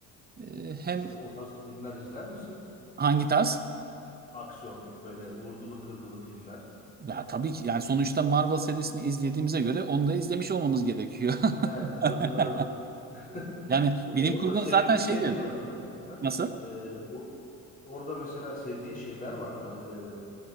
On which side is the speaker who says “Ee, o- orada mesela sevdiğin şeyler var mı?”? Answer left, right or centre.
Left